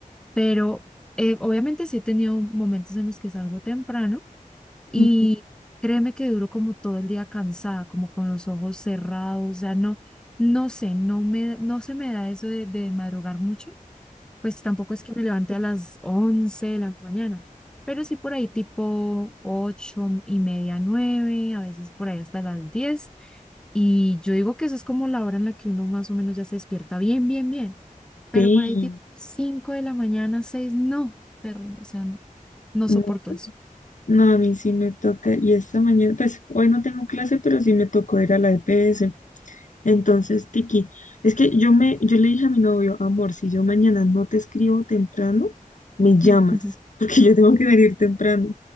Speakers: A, in the centre; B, on the left.
A: pero eh, obviamente sí he tenido momentos en los que salgo temprano
B: <laughs>
A: y
B: Ujú.
A: créeme que duro como todo el día cansada, como con los ojos cerrados, o sea, no, no sé, no me, no se me da eso de, de madrugar mucho, pues tampoco es que me levante a las 11 de la mañana, pero sí por ahí tipo 8 y media, 9 a veces por ahí hasta las 10 y yo digo que eso es como la hora en la que uno más o menos ya se despierta bien, bien, bien, pero
B: Sí,
A: por ahí tipo 5 de la mañana, 6 no, terrible, o sea, no, no
B: no,
A: soporto eso.
B: no, a mí sí me toca, y esta mañana, pues hoy no tengo clase, pero sí me tocó ir a la EPS. Entonces, Tiki, es que yo me, yo le dije a mi novio, amor, si yo mañana no te escribo temprano, me llamas,
A: <laughs>
B: <laughs> porque yo tengo que salir temprano.